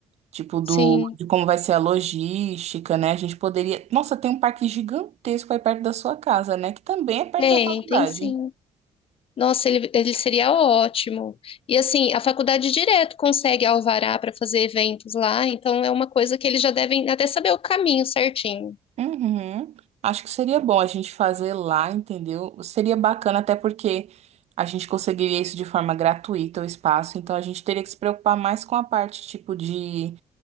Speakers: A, on the right; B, on the left.
A: Tipo, do,
B: sim.
A: de como vai ser a logística, né? A gente poderia. Nossa, tem um parque gigantesco aí perto da sua casa, né? Que também é perto
B: Tem,
A: da faculdade.
B: tem sim. Nossa, ele, ele seria ótimo. E, assim, a faculdade direto consegue alvará para fazer eventos lá, então é uma coisa que eles já devem até saber o caminho certinho.
A: Uhum. Acho que seria bom a gente fazer lá, entendeu? Seria bacana, até porque a gente conseguiria isso de forma gratuita, o espaço. Então a gente teria que se preocupar mais com a parte, tipo, de,